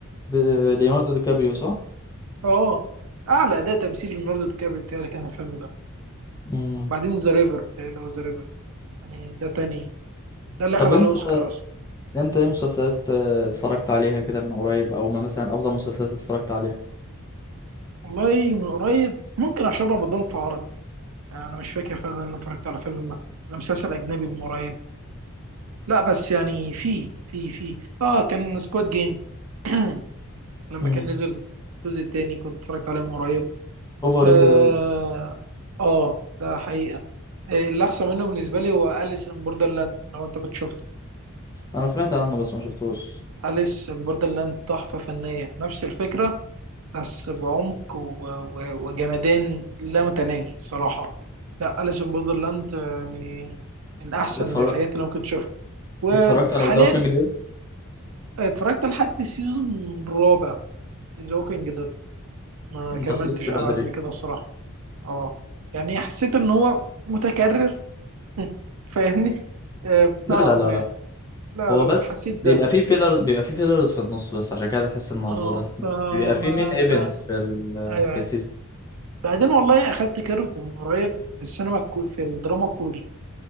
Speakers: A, on the left; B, on the right.
A: ب... آه، ليوناردو دي كابريو صح
B: اه اعلى اداء تمثيل ليوناردو دي كابري بتاعي كان الفيلم ده
A: امم
B: بعدين ذا ريفر بتاعي او ذا ريفر يعني ده تاني ده اللي
A: طب
B: اخد
A: انت
B: على اوسكار اصلا
A: انت ايه مسلسلات آه، اتفرجت عليها كده من قريب او ما مثلا افضل مسلسلات اتفرجت عليها
B: والله من قريب ممكن عشان رمضان في عربي يعني انا مش فاكر فعلا ان أنا اتفرجت على فيلم ولا مسلسل اجنبي من قريب لا بس يعني في في في اه كان سكواد جيم <clears throat> لما
A: امم
B: كان نزل الجزء التاني كنت اتفرجت عليه من قريب
A: اوفر
B: اه
A: ريتد اوي
B: آه، ده حقيقة آه، اللي احسن منه بالنسبة لي هو أليس ان بوردرلاند لو انت كنت شفته
A: انا سمعت عنه بس ما شفتوش
B: أليس ان بوردرلاند تحفة فنية نفس الفكرة بس بعمق و- و- وجمدان لا متناهي صراحة لا أليس ان بوردرلاند آه، من من احسن
A: اتفرج...
B: الحاجات اللي ممكن تشوفها وحاليا
A: اتفرجت على ذا ووكينج ديد
B: اتفرجت لحد السيزون الرابع ذا ووكينج ديد ما
A: انت
B: كملتش
A: خلصت بدري
B: ابعد من كده الصراحة اه يعني حسيت ان هو متكرر <laughs> فاهمني آه،
A: لا
B: نوعا
A: لا لا
B: ما
A: لا
B: لا
A: هو
B: لا
A: بس
B: لا حسيت ده
A: بيبقى فيه فيلرز بيبقى فيه فيلرز في النص بس عشان كده تحس الموضوع
B: اه
A: ده بس
B: فما
A: بيبقى فيه مين ايفنتس
B: بتاع
A: في ال
B: ايوه
A: في
B: أيوة.
A: السيزون
B: بعدين والله اخدت كيرف من قريب في السينما الكو... في الدراما الكوري